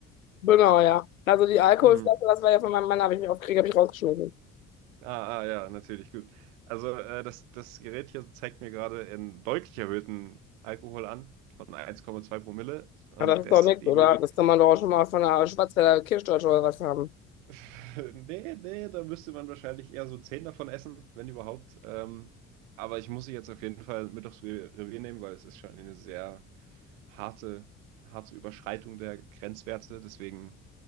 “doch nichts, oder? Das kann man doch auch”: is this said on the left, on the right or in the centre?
Left